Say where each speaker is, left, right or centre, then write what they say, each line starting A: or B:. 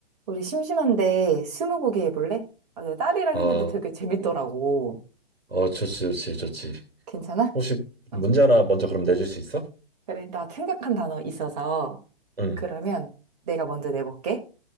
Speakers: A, on the right (about 40°); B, on the right (about 80°).
A: 우리 심심한데 스무고개 해볼래? 아, 내 딸이랑
B: 아,
A: 했는데 되게 재밌더라고.
B: 어, 좋지, 좋지, 좋지.
A: 괜찮아?
B: 혹시 문제
A: 응.
B: 하나 먼저 그럼 내줄 수 있어?
A: 그래, 나 생각한 단어 있어서
B: 응,
A: 그러면 내가 먼저 내볼게.